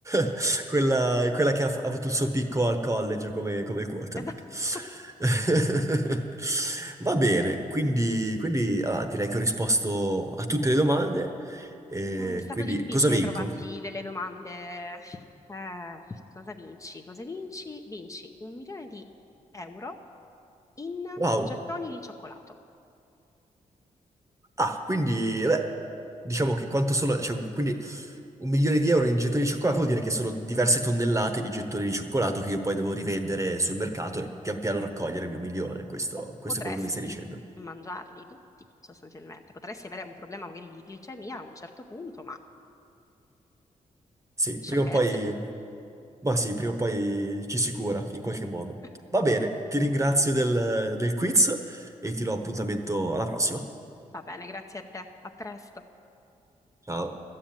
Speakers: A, on the right; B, on the left.
A: <laughs> quella, quella che ha, ha avuto il suo picco al college come, come quarterback.
B: <laughs> Esatto.
A: <laughs> Va bene, quindi, quindi, ah, direi che ho risposto a tutte le domande. E
B: Eh, È stato
A: quindi
B: difficile
A: cosa vinco?
B: trovarti delle domande. Eh, cosa vinci? Cosa vinci? Vinci un milione di euro in
A: Wow!
B: gettoni di cioccolato.
A: Ah, quindi, beh, diciamo che quanto sono, cioè, quindi un milione di euro in gettoni di cioccolato vuol dire che sono diverse tonnellate di gettoni di cioccolato che io poi devo rivendere sul mercato e pian piano raccogliere il mio milione. Questo,
B: O
A: questo
B: potresti
A: è quello che mi stai dicendo.
B: mangiarli tutti, sostanzialmente. Potresti avere un problema magari di glicemia a un certo punto, ma
A: Sì,
B: sciocchezze.
A: prima o poi, ma sì, prima o poi ci si cura in qualche
B: <laughs>
A: modo. Va bene, ti ringrazio del del quiz e ti do appuntamento alla prossima.
B: Va bene, grazie a te. A presto.
A: Ciao.